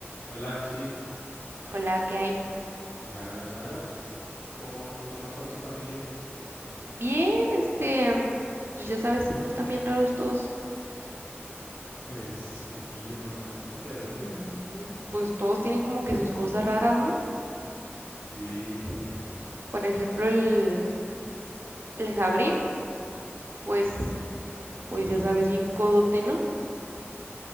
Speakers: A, on the left; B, on the right.
A: Hola, Amsi.
B: Hola, ¿qué hay?
A: Nada, nada. pues, ¿cómo, cómo está tu familia?
B: Bien, este, mm, pues ya sabes cómo están bien raros todos.
A: Pues poquillo nomás, ¿no? De repente.
B: Ujú, Pues todos tienen como que sus cosas raras, ¿no?
A: Sí,
B: Por ejemplo, el, el Jabrim, pues, pues ya sabes, bien codote, ¿no?